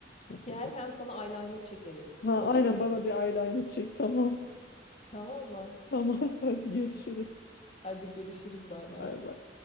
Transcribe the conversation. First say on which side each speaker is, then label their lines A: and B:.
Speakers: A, on the left; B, on the left.
A: not
B: <laughs> Gel
A: edelim.
B: hem sana eyeliner çekeriz.
A: Ha
B: Olur
A: aynen
B: mu?
A: bana bir eyeliner çek tamam.
B: Tamam mı?
A: <laughs> Tamam hadi görüşürüz.
B: Hadi görüşürüz bay bay.
A: Bay bay.